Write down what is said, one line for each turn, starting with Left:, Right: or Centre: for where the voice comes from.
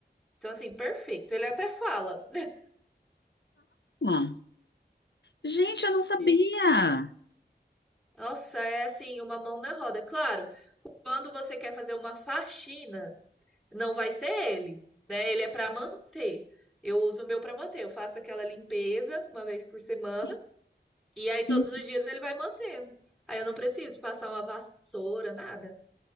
Centre: Então, assim, perfeito. Ele até fala. né?
Left: Ah, gente, eu não sabia.
Centre: E, nossa, é assim, uma mão na roda. Claro, quando você quer fazer uma faxina, não vai ser ele, né? Ele é para manter. Eu uso o meu para manter. Eu faço aquela limpeza uma vez por semana
Left: Sim,
Centre: e aí todos
Left: sim,
Centre: os dias ele vai mantendo. Aí eu não preciso passar uma vassoura, nada.